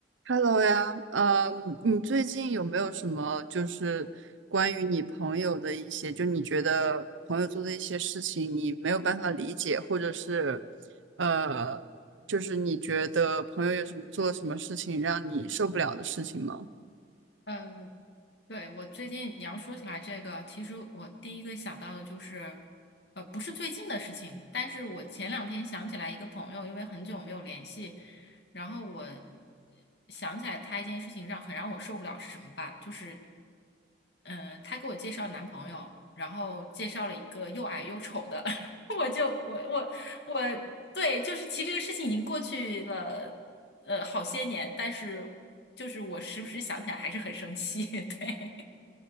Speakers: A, on the right; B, on the left.
A: Hello 呀，呃，你最近有没有什么就是关于你朋友的一些，就你觉得朋友做的一些事情，你没有办法理解，或者是，呃，就是你觉得朋友有什么做了什么事情让你受不了的事情吗？
B: 嗯，对，我最近你要说起来这个，其实我第一个想到的就是，呃，不是最近的事情，但是我前两天想起来一个朋友，因为很久没有联系，然后我想起来他一件事情让很让我受不了是什么吧？就是，嗯、他给我介绍男朋友，然后介绍了一个又矮又丑的，<laughs> 我就我我我对，就是其实这个事情已经过去了，呃，好些年，但是。就是我时不时想起来还是很生气，<laughs> 对。